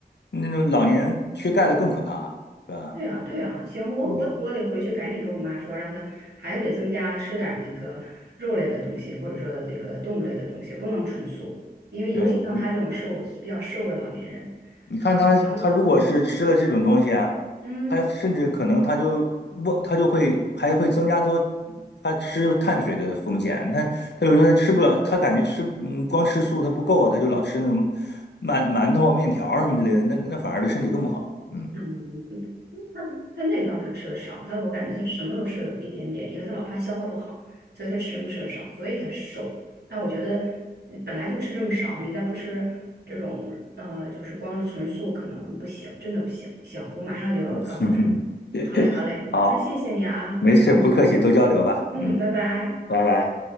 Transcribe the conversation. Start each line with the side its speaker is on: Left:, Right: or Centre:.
Left: 那种老年人缺钙的更可怕，对吧？
Right: 对啊，对啊，行，我我我得回去赶紧跟我妈说，
Left: 嗯，
Right: 让她还是得增加吃点儿那个肉类的东西，或者说这个动物类的东西，不能纯素，因为尤其像她这种瘦比较瘦的老年人，
Left: 对，你看他，
Right: 好，好，
Left: 他如果是吃了这种东西啊，
Right: 嗯嗯，
Left: 他甚至可能他就我他就会还会增加多他吃碳水的风险。他他有时候他吃不了，他感觉吃嗯光吃素他不够啊，他就老吃那种馒馒头、面条儿什么之类的，那那反而对身体更不好。嗯，
Right: 嗯，他他那倒是吃的少，他我感觉他什么都吃了一点点，因为他老怕消化不好，所以他吃什么吃的少，所以他瘦。但我觉得呃本来就吃这么少，你再不吃这种呃，就是光是纯素可能不行，真的不行。行，我马上就要告诉他。
Left: <laughs> 嗯哼，
Right: 好嘞，好嘞，
Left: 好，
Right: 那谢谢你啊，
Left: 没事，
Right: 嗯，
Left: 不客气，多交流吧。
Right: 嗯，
Left: 嗯，
Right: 拜拜。
Left: 拜拜。